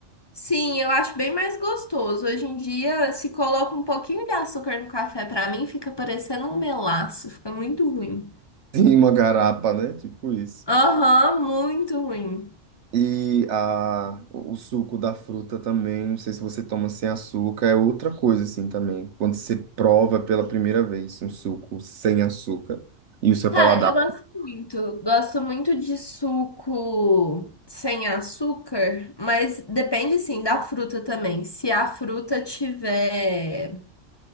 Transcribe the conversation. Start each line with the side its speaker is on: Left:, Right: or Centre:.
Left: Sim, eu acho bem mais gostoso. Hoje em dia, se coloca um pouquinho de açúcar no café, pra mim fica parecendo um melaço, fica muito ruim.
Right: sim uma garapa, né? Tipo isso.
Left: Aham, muito ruim.
Right: E a, o o suco da fruta também, não sei se você toma sem açúcar, é outra coisa assim também. Quando você prova pela primeira vez um suco sem açúcar e o seu
Left: Cara,
Right: paladar.
Left: eu gosto muito. Gosto muito de suco sem açúcar, mas depende sim da fruta também. Se a fruta tiver